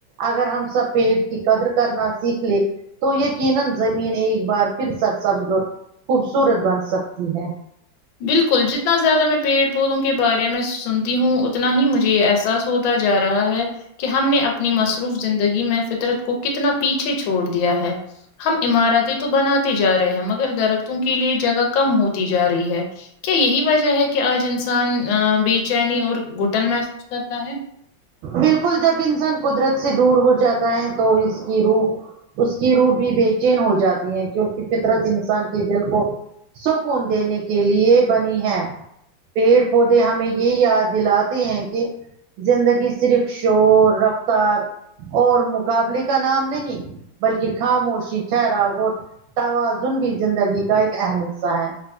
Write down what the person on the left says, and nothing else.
بالکل جتنا زیادہ میں پیڑ پودوں کے بارے میں سنتی ہوں اتنا ہی مجھے یہ احساس سوتا جا رہا ہے کہ ہم نے اپنی مصروف زندگی میں فطرت کو کتنا پیچھے چھوڑ دیا ہے ہم عمارتیں تو بناتے جا رہے ہیں مگر درختوں کے لیے جگہ کم ہوتی جا رہی ہے کیا یہی وجہ ہے کہ آج انسان بے چینی اور گٹن محسوس کرتا ہے